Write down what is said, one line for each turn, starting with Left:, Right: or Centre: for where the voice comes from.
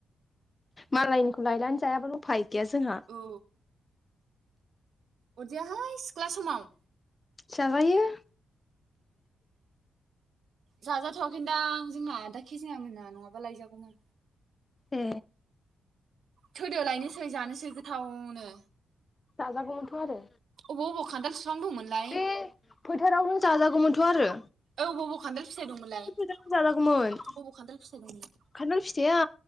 Left: मालायनिखौ लायनानै जायाबानो उफाय गैया जोंहा।
Right: औ। अरजायाहाय सिख्ला समाव।
Left: जाजायो।
Right: जाजाथ'वाखैनदां जोंना आदा केजेङा मोनना नङाबा लायजागौमोन।
Left: ए
Right: थौदो लायनोसै जानोसै गोथावनो।
Left: जाजागौमोनथ' आरो
Right: अबाव अबाव खान्थाल फिफां दंङमोनलाय?
Left: बे फोथारावनो जाजागौमोनथ' आरो।
Right: ओ अबाव अबाव खान्थाल फिथाइ दंमोनलाय
Left: बे
Right: अबाव
Left: फोथारावनो जाजागौमोन
Right: अबाव खान्थाल फिथाइ दंमोन?
Left: खान्थाल फिथाया